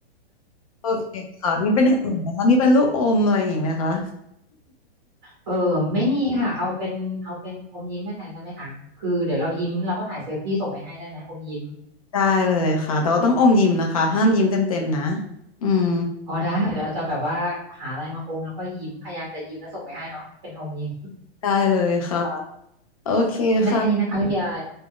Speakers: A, on the left (about 35°); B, on the right (about 30°).
A: โอเคค่ะ มีเป็นอย่างอื่นไหมคะมีเป็นลูกอมอะไรอย่างงี้ไหมคะ
B: เออไม่มีค่ะเอาเป็นเอาเป็นอมยิ้มมาแทนได้ไหมคะคือเดี๋ยวเรายิ้มเราก็ถ่ายเซลฟี่ส่งไปให้ได้ไหมอมยิ้ม
A: ได้เลยค่ะ แต่ว่าต้องอมยิ้มนะคะ ห้ามยิ้มเต็มๆนะ อืม
B: อ๋อได้ค่ะเดี๋ยวเราจะแบบว่าหาอะไรมาอมแล้วก็ยิ้มพยายามจะยิ้มแล้วส่งไปให้เนาะเป็นอมยิ้ม
A: ได้เลยค่ะ โอเคค่ะ
B: ได้แค่นี้นะคะไม่มีอะไร